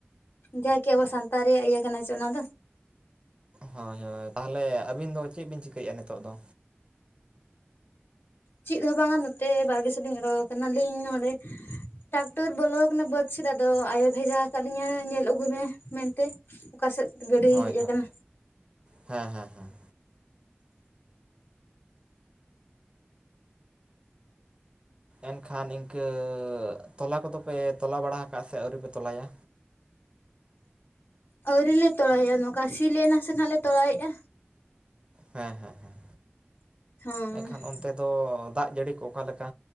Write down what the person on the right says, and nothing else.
ᱦᱳᱭ ᱦᱳᱭ ᱛᱟᱦᱚᱞᱮ ᱟᱹᱵᱤᱱ ᱫᱚ ᱪᱮᱫ ᱵᱤᱱ ᱪᱤᱠᱟᱹᱭᱮᱫᱼᱟ ᱱᱤᱛᱚᱜ ᱫᱚ
ᱦᱳᱭ
ᱦᱳᱭ
ᱦᱮᱸ ᱦᱮᱸ ᱦᱮᱸ ᱮᱱᱠᱷᱟᱱ ᱤᱱᱠᱟᱹ ᱛᱚᱞᱟ ᱠᱚᱫᱚᱯᱮ ᱛᱚᱞᱟ ᱵᱟᱲᱟ ᱠᱟᱜᱼᱟ ᱥᱮ ᱟᱹᱣᱨᱤᱯᱮ ᱛᱚᱞᱟᱭᱟ
ᱦᱮᱸ ᱦᱮᱸᱦᱮᱸ
ᱮᱱᱠᱷᱟᱱ ᱚᱱᱛᱮ ᱫᱚ ᱫᱟᱜ ᱡᱟᱹᱲᱤ ᱠᱚ ᱚᱠᱟᱞᱮᱠᱟ